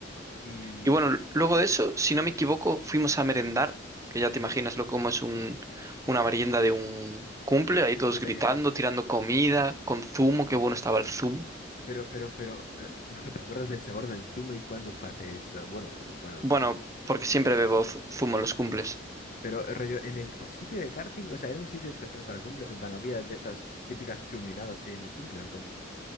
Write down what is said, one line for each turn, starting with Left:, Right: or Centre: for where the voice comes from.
Left: Y...
Right: Y bueno, luego de eso, si no me equivoco, fuimos a merendar, que ya te
Left: ¿Sí?
Right: imaginas lo como es un, una merienda de un cumple, ahí
Left: Pero
Right: todos
Left: que tenían...
Right: gritando, tirando comida, con zumo, qué bueno estaba el zumo.
Left: Pero, pero, pero... eh, <laughs> ¿Te acuerdas del sabor del zumo y cuándo fue hace eso? Bueno, bueno...
Right: Bueno, porque siempre bebo zu- zumo en los cumples.
Left: Pero, eh, rollo, en el sitio de karting, o sea, era un sitio especial para cumples. En plan, había de estas típicas chuminadas que hay en un cumple, ¿o cómo?